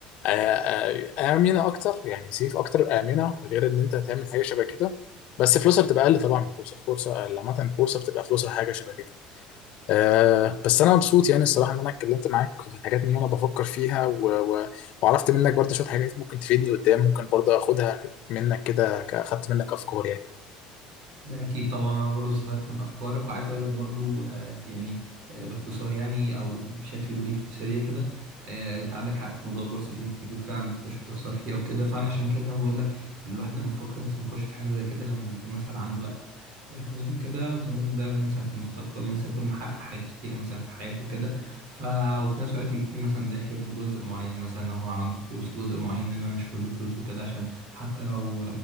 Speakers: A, on the left; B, on the right.
A: آه، آه، آمنة أكتر يعني سيف أكتر آمنة غير إن أنت تعمل حاجة شبه كده بس فلوسها بتبقى أقل طبعا من البورصة البورصة عامة البورصة بتبقى فلوسها حاجة شبه كده آه بس أنا مبسوط يعني الصراحة إن أنا اتكلمت معاك في حاجات إن أنا بفكر فيها و... و... وعرفت منك برضه شوية حاجات ممكن تفيدني قدام ممكن برضه أخدها منك كده ك- أخدت منك أفكار يعني
B: ده اكيد طبعا انا برضو استفدت من افكارك وعايز اقول لك برضو آه، يعني آه، باختصار يعني او بشكل بريف سريع كده آه، انت عندك حق في موضوع البورصه في ناس كتير فعلا بتخش تخسر فيها وكده فانا عشان كده زي ما بقول لك الواحد لما بيفكر مثلا يخش في حاجه زي كده لما بيكون مثلا عنده وقت آه، فاضي وكده وزي ما بقول لك ده مثلا في المستقبل يعني مثلا يكون محقق حاجات كتيره مثلا في حياته كده ف وفي نفس الوقت يكون مثلا داخل بجزء معين مثلا لو هو عنده فلوس جزء معين منها مش كل فلوسه كده عشان حتى لو